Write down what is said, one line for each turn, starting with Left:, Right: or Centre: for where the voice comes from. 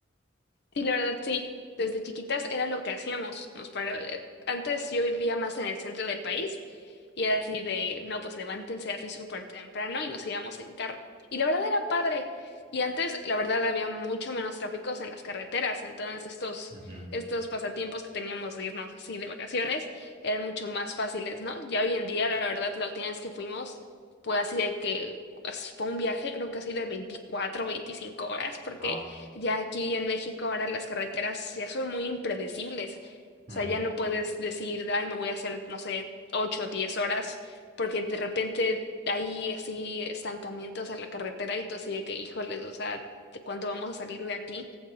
Left: Sí, la verdad sí. Desde chiquitas era lo que hacíamos. Nos para- eh, Antes yo vivía más en el centro del país y era así de, no, pues levántense así súper temprano y nos íbamos en carro. Y la verdad era padre. Y antes, la verdad, había mucho menos tráficos en las carreteras. Entonces, estos,
Right: Ujú,
Left: estos pasatiempos que teníamos de irnos así de vacaciones eran mucho más fáciles, ¿no? Ya hoy en día, la verdad, la última vez que fuimos fue así de que pues, fue un viaje, creo que así de 24 o 25 horas, porque
Right: Wow.
Left: ya aquí en México ahora las carreteras ya son muy impredecibles.
Right: ujú.
Left: O sea, ya no puedes decir, ay, me voy a hacer, no sé, 8 o 10 horas, porque de repente hay así estancamientos en la carretera y tú así de que, híjoles, o sea, ¿de cuándo vamos a salir de aquí?